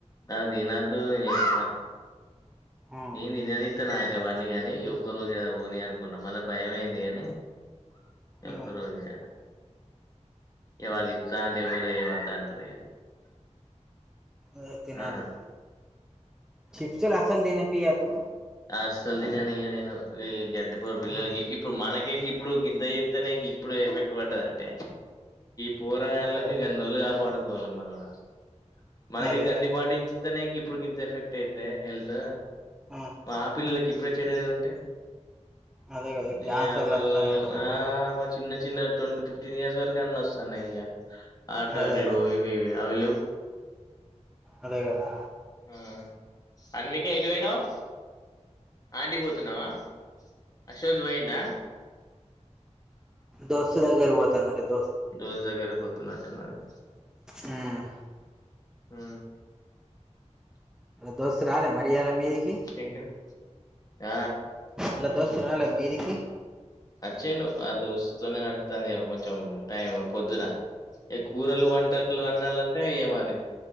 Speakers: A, on the left; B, in the centre.
A: అవి తినొద్దు ఓయ్ ఏ
B: ఆ, ఆ,
A: నేన్ నిననిద్ ఇత్త నాకు అవన్నీ కానీ, ఈ ఒక్క రోజె కదా పోనీ అనుకున్నా మళ్ళ భయమైంది కాని, ఈ
B: ఆ,
A: ఒక్క రోజె ఇక వాళ్ళు ఇస్తా అంటే ఎవర ఏ వద్దు అంటార్ ఇగ.
B: ఎ తినాదు
A: ఆ
B: చిప్చల్లాసలు దిని ఇయ్యదు
A: అస్సల్ తిననీయ నేను ఈ గడ్టిపో పిల్లలకి,
B: ఉమ్,
A: ఇప్పుడు మనకే గిప్పుడు గింత చేతేనే గిప్పుడు ఎఫెక్ట్ పడ్డది అంటే పొరగాళ్ళకి
B: అదే కదా
A: గన్ని రోజులు కాపాడు గోలమల్ల మనకి
B: అదే
A: గన్ని పాటించ్ ఇత్తనే గిప్పుడు గింత ఎఫెక్ట్ అయితే హెల్త్
B: ఆ,
A: మా పిల్లలకి ఇప్పుడే చెడయి ఉంటే
B: అదే కదా
A: నీ
B: క్యాన్సర్లు
A: యామల్
B: వస్తాయట మళ్ళా
A: ఆ మా చిన్న చిన్న ట్వంటీ ఫిఫ్టీన్ ఇయర్స్ వరకే అన్న వస్తున్నాయి ఇగ ఆటర్లు
B: అదే అదే
A: ఇవి ఇవి అవిె లేవ్
B: అదే కదా
A: ఆ అన్వికా ఎటు పోయినావ్ ఆంటీ పోతున్నావా, అశోథ్ పోయిండా
B: దోస్తు దగ్గరే వో ద్ తండడిత్
A: దోజ్ దగర కొ తున్నాట్టునుందా
B: హ్మ్
A: అ
B: దోస్తు రాలే మరి ఈయాలా మీదికి
A: ఇంకా ఆ
B: అలా దోస్తు రాలే మీదికి
A: అచ్చేండు ఆ దోస్తుతోనే నడుతాంది ఇగ కొంచెం టైం పొద్దున ఎక్ ఊరలు వంటలు వండలు అంటే ఇ్యయ మరి